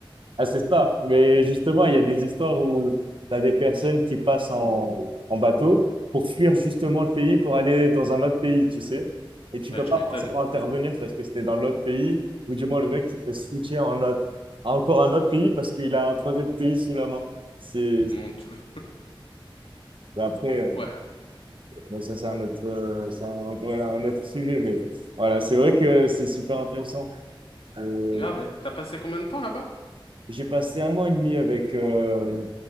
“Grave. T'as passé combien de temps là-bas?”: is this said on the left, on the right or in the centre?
Left